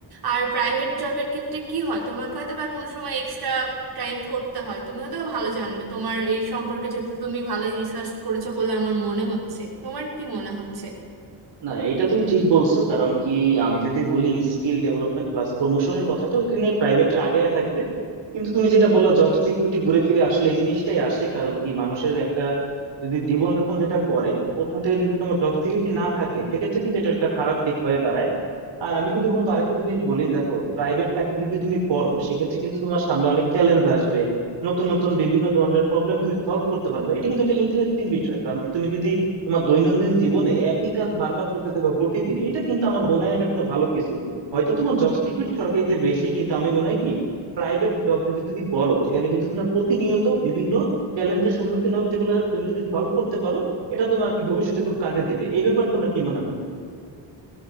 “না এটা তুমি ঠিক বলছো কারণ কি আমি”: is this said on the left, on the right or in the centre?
Right